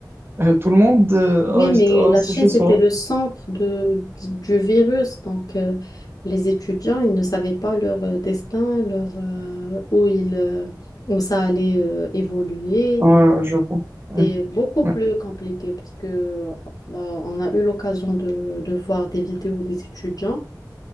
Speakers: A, on the right (about 35°); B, on the left (about 60°).
A: Euh, Tout le monde euh,
B: Oui,
A: a resté,
B: mais
A: a
B: la
A: resté
B: Chine,
A: chez
B: c'était
A: soi.
B: le centre de, du virus. Donc, euh, les étudiants, ils ne savaient pas leur euh, destin, leur, euh, où, ils, euh, où ça allait euh, évoluer.
A: Ouais, ouais, je comprends. Ouais,
B: C'était beaucoup
A: ouais,
B: plus compliqué parce que bah, on a eu l'occasion de, de voir des vidéos des étudiants